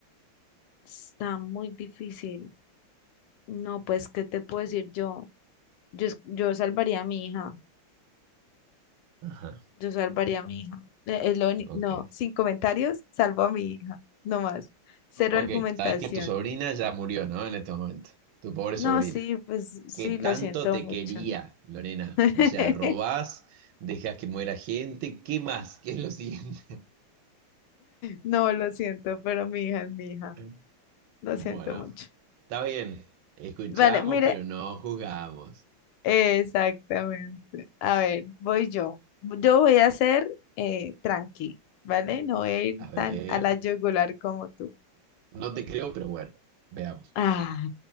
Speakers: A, on the left; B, on the right.
A: está muy difícil. No, pues, ¿qué te puedo decir yo? Yo, es- yo salvaría a mi hija,
B: Ajá,
A: yo salvaría a mi hija. Eh, Es lo uni-
B: ok.
A: no, sin comentarios, salvo a mi hija, no más. Cero
B: Ok,
A: argumentación.
B: sabes que tu sobrina ya murió, ¿no? En este momento. Tu pobre
A: No,
B: sobrina.
A: sí, pues sí,
B: ¿Qué tanto
A: lo siento
B: te
A: mucho.
B: quería, Lorena?
A: <laughs>
B: O sea, robás, dejas que muera gente, ¿qué más? ¿Qué es lo siguiente?
A: No, lo siento, pero mi hija es mi hija,
B: <laughs>
A: lo
B: Bueno,
A: siento mucho.
B: está bien. Escuchamos,
A: Vale, mire.
B: pero no juzgamos.
A: Exactamente. A ver, voy yo. Yo voy a ser eh, tranqui, ¿vale? No voy a ir
B: A ver.
A: tan a la yugular como tú.
B: No te creo, pero bueno, veamos.
A: Ah,